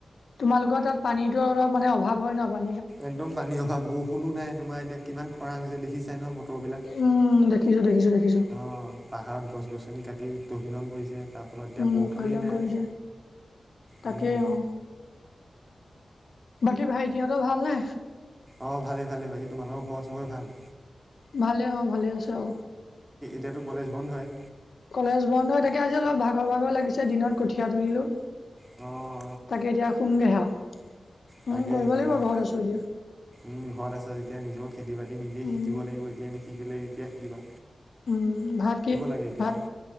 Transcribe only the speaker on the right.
একদম পানী অভাৱ বৰষুণো নাই তোমাৰ এতিয়া কিমান খৰাং হৈছে দেখিছাই নহয় বতৰ বিলাক।
অ 'পাহাৰত গছ গছনি কাটি তহিলং কৰিছে। তাৰ ফলত এতিয়া
বৰষুণেই
নাই।
উম
অ 'ভালে ভালে বাকী তোমালোকৰ ঘৰ চবৰে ভাল।
তেতিয়াতো কলেজ বন্ধ হয়।
অঁ।
তাকেহে
তাকেহে
উম ঘৰত আছা যেতিয়া নিজৰ খেতি বাতি নিজে
শিকিব লাগিব এতিয়া নিশিকিলে কেতিয়া শিকিব।
লাগে এতিয়া
আৰু